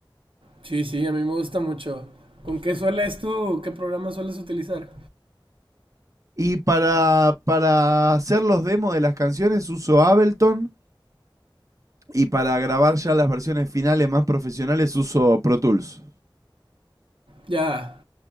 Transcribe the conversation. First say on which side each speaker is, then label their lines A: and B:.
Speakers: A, on the right (about 80°); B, on the right (about 40°).
A: Sí, sí, a mí me gusta mucho. ¿Con qué sueles tú? ¿Qué programa sueles utilizar?
B: Y para, para hacer los demos de las canciones uso Ableton Y para grabar ya las versiones finales más profesionales uso Pro Tools.
A: Ya,